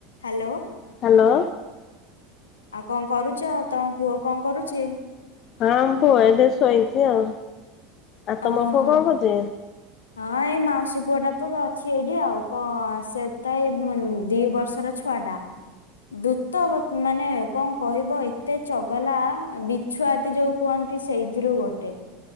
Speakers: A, on the left; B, on the left.
A: Hello.
B: Hello.
A: ଆଉ କଣ କରୁଚ ତମ ପୁଅ କଣ କରୁଚି।
B: ହଁ ପୁଅ ଏଟି ଶୋଇଚି ଆଉ। ଆଉ ତମ
A: ଓହୋ
B: ପୁଅ କଣ କରୁଛି?
A: ହଁ ଏଇ ମାଉସୀ ପୁଅ ଟା ତ ଅଛି ଏଇଠି ଆଉ କଣ ସେ ତ ଏଇ ଦି ବର୍ଷର ଛ ଛୁଆ ଟା ଦୂତ ମାନେ କଣ କହିବ ଏତେ ଚଗଲା ବିଛୁଆତି ଯୋଉ କୁହନ୍ତି ସେଇଥିରୁ ଗୋଟେ